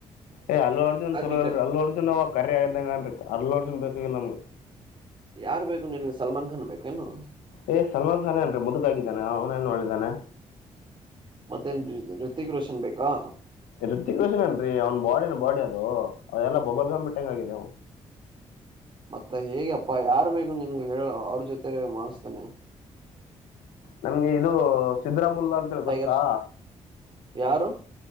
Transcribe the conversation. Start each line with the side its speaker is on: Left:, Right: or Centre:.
Left: ಏ ಅರ್ಜುನ್
Right: ಆಕಿ
Left: ಚಲೋಲ್ರಿ
Right: ಕಟ್
Left: ಅರ್ಜುನ್ ಅವ ಕರ್ಯದ್ದಂಗನ್ರಿ ಅಲ್ಲು ಅರ್ಜುನ್ ಬೇಕಾ ಗಿಲ್ಲ ನಮಗ.
Right: ಯಾರ್ ಬೇಕು ನಿನ್ಗೆ ಸಲ್ಮಾನ್ ಖಾನ್ ಬೇಕೇನು.
Left: ಏ ಸಲ್ಮಾನ್ ಖಾನ್ ಏನ್ರರಿ ಮುದುಕಾಗಿದ್ದಾನ ಅವನೇನು ಒಳ್ಳಿದಾನೆ.
Right: ಮತ್ತೇನ್ ಋತಕ್ ರೋಷನ್ ಬೇಕಾ.
Left: ವೃತಿಕ್ ರೋಷನ ಏನ್ರೀ ಅವ್ನ ಬಾಡಿನ್ ಬಾಡಿ ಅದು ಅದೆಲ್ಲಾ ಬೊಬಲ್ ಗಮ್ ಇಟ್ಟಂಗ ಆಗಿದೆ ಅವ.
Right: ಮತ್ತ ಹೇಗೆಪ್ಪಾ ಯಾರ ಬೇಗು ನಿನ್ಗ ಹೇಳ ಅವ್ರ ಜೊತೆ ಮಾಡಸ್ತೇನೆ.
Left: ನಮ್ಗೆ ಇದು ಸಿದ್ದರಾಮ್ ಮ್ಮುಲ್ಲ ಅಂತೇಳಿ
Right: ಟೈಗರ್
Left: ಗೊತ್ತಾ.
Right: ಯಾರು.